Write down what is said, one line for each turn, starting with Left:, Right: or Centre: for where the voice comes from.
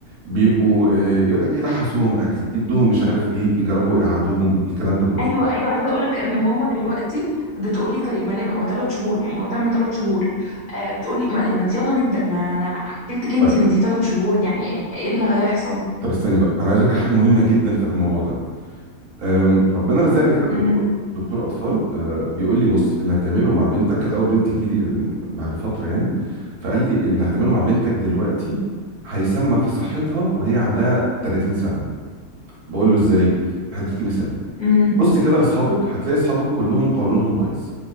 Right: بيبقوا آه، يقول لك يلحسوهم اكل يدوهم مش عارف ايه يجربوا يقعدوهم الكلام ده كله
Left: ايوه ايوه عايزه اقول لك ان ماما دلوقتي بتقولي طيب ما نبقى هو ثلاث شهور يعني هو تم ثلاث شهور آه بتقولي ما, ما يلا نبدا ما انا اكلتك انتي
Right: طيب
Left: وانتي ثلاث شهور يعني ايه إيه اللي هيحصل
Right: طب استني بقى انا عايز اقول لك على حاجه مهمه جدا في الموضوع ده آم، ربنا رزقني كده بدكتور
Left: امم
Right: دكتور اطفال آه، بيقول لي بص اللي هتعمله مع بنتك كانت اول بنت تجيلي بعد فتره يعني فقال لي اللي هتعمله مع بنتك دلوقتي هيسمى في صحتها وهي عندها 30 سنه بقول له ازاي هديكي مثال
Left: امم
Right: بص كده لاصحابك هتلاقي اصحابك كلهم قولونهم بايظ